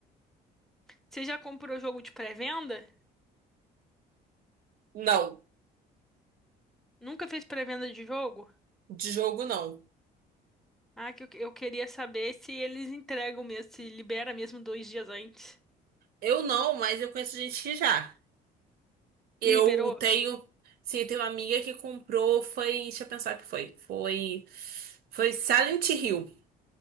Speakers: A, in the centre; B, on the right.
A: Você já comprou jogo de pré-venda?
B: Não,
A: Nunca fez pré-venda de jogo?
B: de jogo não.
A: Ah, que eu, eu queria saber se eles entregam mesmo, se libera mesmo dois dias antes.
B: Eu não, mas eu conheço gente que já. Eu
A: E liberou?
B: tenho. Sim, eu tenho uma amiga que comprou. Foi. Deixa eu pensar o que foi. Foi. Foi Silent Hill.